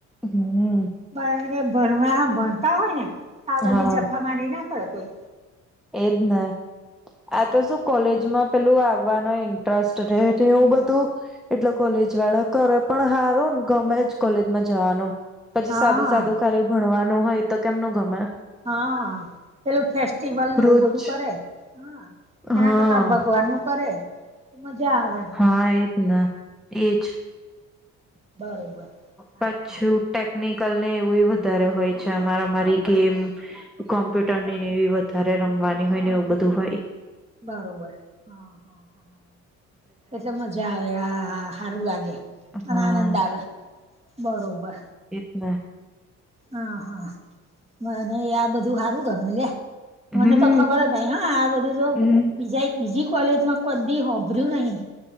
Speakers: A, in the centre; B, on the right.
A: હમ
B: પણ ભણવા ભણતા હોય ને આ બધી
A: હા
B: જફા મારી ના કરે કોઈ.
A: એજ ન આ તો શું કોલેજમાં પેલું આવવાનો ઇન્ટરેસ્ટ રહે એવું બધું. એટલે કોલેજ વાળા કરે પણ હારો ને ગમે જ કોલેજમાં જવાનું. પછી
B: હા
A: સાદું સાદું ખાલી ભણવાનું હોય તો કેમનું ગમે.
B: હા પેલું ફેસ્ટિવલ ને
A: રોજ
B: એવું બધું કરે. હા એના
A: હા
B: કરતા ભગવાન નું કરે તો મજા આવે.
A: હા એજ ના એજ
B: બરોબર હા
A: પછું
B: હા
A: ટેકનિકલ ને એવું વધારે હોય છે અમારેમારી ગેમ કોમ્પ્યુટર નીને એવી વધારે રમવાની હોય ને એવું બધું હોય.
B: બરોબર હા હા હા એટલે મજા આવે આ હારું લાગે અને
A: હા
B: આનંદ આવે. બરોબર
A: ના
B: હ હા મને આ બધું સારું ગમે લે મને
A: હમ હમ
B: તો ખબર જ નઈ હા આ બધું જો
A: હમ
B: બીજા બીજી કોલેજ માં કોઈ બી હોભર્યું નહીં.